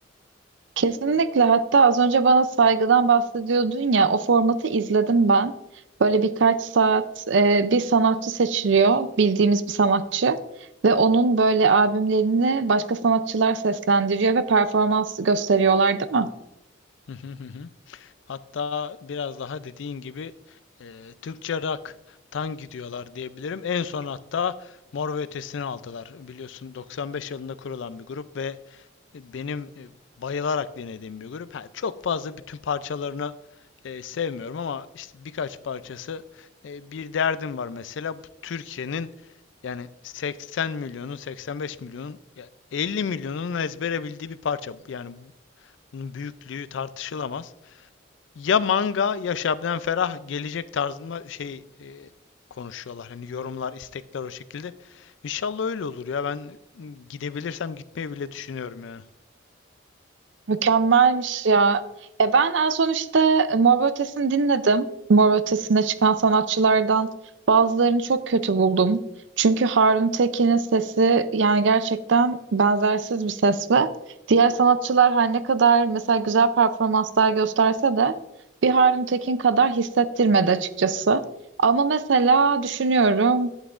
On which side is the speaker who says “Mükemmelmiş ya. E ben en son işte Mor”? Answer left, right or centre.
Right